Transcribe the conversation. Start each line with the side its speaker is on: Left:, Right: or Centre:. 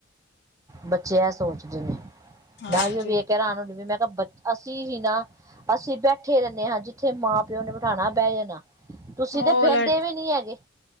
Right: ਬੱਚੇ ਇਹ ਸੋਚਦੇ ਨੇ,
Left: ਹਾਂਜੀ
Right: ਮੈਂ ਉਹੀ ਵੇਖ ਕੇ ਹੈਰਾਨ ਹੁੰਦੀ ਪਈ ਆ, ਮੈਂ ਕਿਹਾ ਬੱਚੇ ਅਸੀਂ ਹੀ ਨਾ ਅਸੀਂ ਬੈਠੇ ਰਹਿੰਦੇ ਹਾਂ, ਜਿੱਥੇ ਮਾਂ ਪਿਓ ਨੇ ਬਿਠਾਣਾ ਬਹਿ ਜਾਣਾ। ਤੁਸੀਂ
Left: ਉਹ
Right: ਤੇ
Left: ਵਾਲਾ
Right: ਬਹਿੰਦੇ ਵੀ ਨਹੀਂ ਹੈਗੇ।